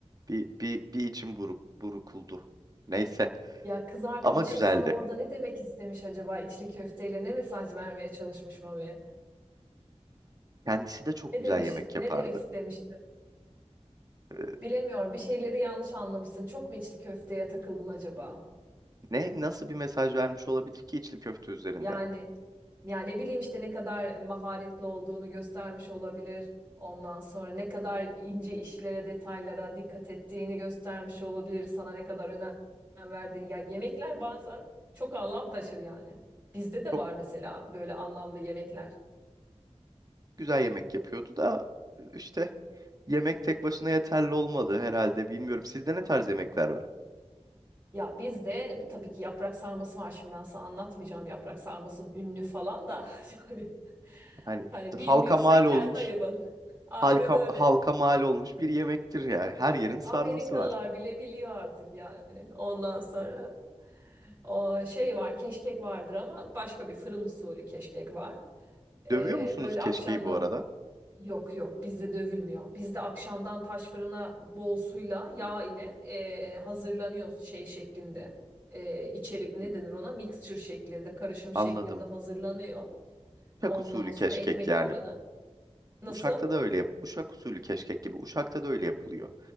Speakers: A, on the right; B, on the right.
A: Bir, bir, bir içim buruk, burukuldu. Neyse
B: Ya kız arkadaşın
A: ama güzeldi.
B: sana orada ne demek istemiş acaba içli köfteyle ne mesaj vermeye çalışmış mı?
A: Kendisi de çok
B: Ne
A: güzel
B: demiş,
A: yemek
B: ne
A: yapardı.
B: demek istemişti?
A: E,
B: Bilemiyorum. Bir şeyleri yanlış anlamışsın. Çok mu içli köfteye takıldın acaba?
A: ne nasıl bir mesaj vermiş olabilir ki içli köfte üzerinden?
B: Yani yani ne bileyim işte ne kadar maharetli olduğunu göstermiş olabilir. Ondan sonra ne kadar ince işlere, detaylara dikkat ettiğini göstermiş olabilir. Sana ne kadar önem verdiğini. Ya yemekler bazen çok anlam taşır yani. Bizde de
A: Çok
B: var mesela böyle anlamlı yemekler.
A: Güzel yemek yapıyordu da işte yemek tek başına yeterli olmadı herhalde bilmiyorum. Sizde ne tarz yemekler var?
B: Ya biz de tabii ki yaprak sarması var şimdi ben sana anlatmayacağım yaprak sarmasının ünlü falan da <laughs> yani
A: Hani
B: hani bilmiyorsan
A: halka mal
B: kendi
A: olmuş,
B: ayıbın. Aynen
A: halka,
B: öyle
A: halka
B: ya.
A: mal olmuş bir yemektir yani. Her yerin sarması
B: Amerikalılar
A: var.
B: bile biliyor artık yani. Ondan sonra o şey var keşkek vardır ama başka bir fırın usulü keşkek var. Ee,
A: Dövüyor musunuz
B: böyle
A: keşkeyi
B: akşamda
A: bu arada?
B: Yok yok bizde dövülmüyor. Bizde akşamdan taş fırına bol suyla yağ ile eee hazırlanıyoruz şey şeklinde. Eee içerik ne
A: Hı.
B: denir ona? Mixture şeklinde, karışım şeklinde
A: Anladım.
B: hazırlanıyor.
A: Uşak
B: Ondan
A: usulü
B: sonra
A: keşkek
B: ekmek
A: yani.
B: fırını. Nasıl?
A: Uşak'ta da öyle yap. Uşak usulü keşkek gibi. Uşak'ta da öyle yapılıyor.